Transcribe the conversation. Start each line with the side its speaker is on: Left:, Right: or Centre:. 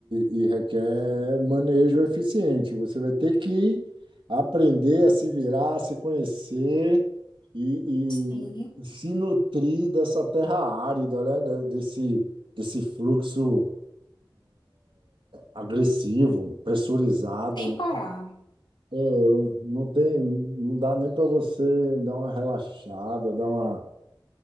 Right: e, e requer manejo eficiente. Você vai ter que aprender a se virar, a se conhecer e,
Left: Sim,
Right: e se nutrir dessa terra árida, né? Desse, desse fluxo agressivo, pressurizado.
Left: sem parar.
Right: É, não tem, não dá nem para você dar uma relaxada, dar uma